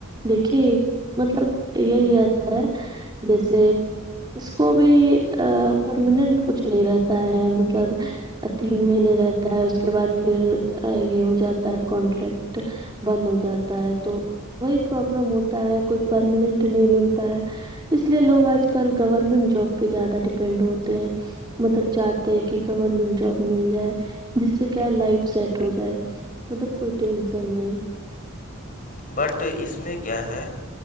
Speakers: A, on the right; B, on the left.
A: دیکے مطلب یہی رہتا ہے جیسے اس کو بھی پرماننٹ کچھ نہیں رہتا تا ہے مطلب تین مہینے رہتا ہے اس کے بعد پھر یہ ہو جاتا ہے کانٹریکٹ بند ہو جاتا ہے تو وہی پرابلم ہوتا ہے کوئی پرماننٹ نہیں ملتا ہے اس لیے لوگ آج کل گورنمنٹ جاب پہ زیادہ ڈیپینڈ ہوتے ہیں مطلب چاہتے ہیں کہ گورمنٹ جاب مل جائے جس سے کیا لائف سیٹ ہو جائے مطلب کوئی ٹینسن نہیں
B: بٹ اس میں کیا ہے